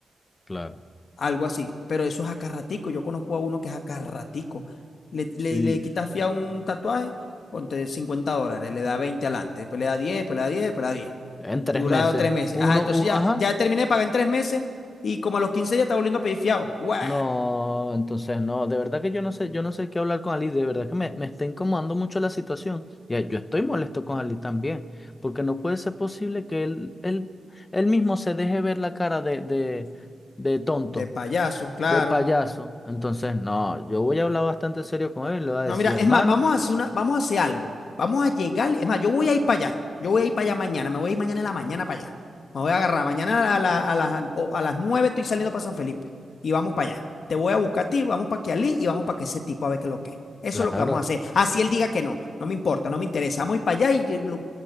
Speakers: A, on the left (about 35°); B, on the left (about 75°).
A: Claro.
B: Algo así. Pero eso es acarratico. Yo conozco a uno que es acarratico. Le, le,
A: Sí,
B: le quitas fía un tatuaje, ponte 50 dólares, le da 20 adelante, después le da 10 después le da 10 después le da 10.
A: en tres
B: Y duraba
A: meses.
B: tres meses.
A: Uno,
B: Ajá, entonces
A: u-
B: ya,
A: ajá.
B: ya terminé de pagar en tres meses y como a los 15 ya estaba volviendo a pedir fiado. ¡Guau!
A: No, entonces no, de verdad que yo no sé, yo no sé qué hablar con Ali, de verdad que me, me está incomodando mucho la situación. Y eh, yo estoy molesto con Ali también, porque no puede ser posible que él, él, él mismo se deje ver la cara de, de, de tonto,
B: De payaso, claro.
A: de payaso. Entonces, no, yo voy a hablar bastante serio con él, le voy a
B: No,
A: decir,
B: mira, es
A: hermano,
B: más, vamos a hacer una, vamos a hacer algo. Vamos a llegar, es más, yo voy a ir para allá. Yo voy a ir para allá mañana, me voy a ir mañana en la mañana para allá. Me voy a agarrar mañana a, la- a las, o- a las 9 estoy saliendo para San Felipe y vamos para allá. Te voy a buscar a ti, vamos para que Kialí y vamos para que ese tipo a ver qué es lo que es. Eso
A: claro,
B: es lo que vamos a hacer. Así él diga que no, no me importa, no me interesa. Vamos a ir para allá y yo lo-